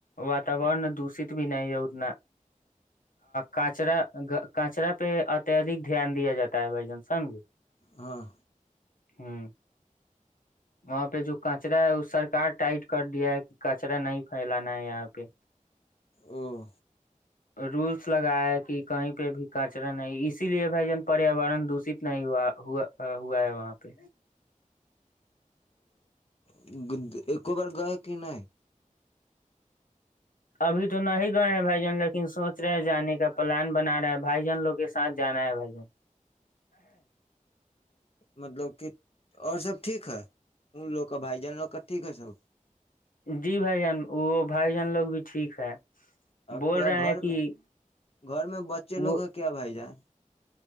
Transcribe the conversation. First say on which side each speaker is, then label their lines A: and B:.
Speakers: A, on the left; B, on the left.
A: واتورن دشت بھی نہیں ہے اتنا کچرا کچرا پہ اتدک دھیان دیا جاتا ہے بھ جان سمجے
B: ہاں
A: ہمم وہاں پہ جو کچرا ہے وہ سرک ٹائٹ کر دیا ہے کہ کچرا نہیں پھیلانا ہے یہاں پہ
B: او
A: رولس لگایا ہے کہ کہیں پہ بھی کچرا نہیں اسی لیے بھائی جان پریاورن دوشت نہیں ہوا ہو ہوا ہے وہاں پہ
B: <inaudible> <inaudible>
A: ابھی تو نہیں گئے ہیں بھائی جن لیکن سوچ رہے ہیں جانے کا پلان بنا رہے ہے بھائی جان لوگ کے ساتھ جانا ہے بھائی جن
B: مطلب کہ اور سب ٹھ ہے ا لو کے بھائی جان لو کے ٹھ ہے سب
A: جی بھائی جان وہ بھائی جان لوگ بھی ٹھیک ہے
B: اور
A: بول
B: کیا
A: رہے
B: گھر
A: ہیں کہ
B: میں گھر میں بچے لوگ
A: وہ
B: ہیں کیا بھائی جان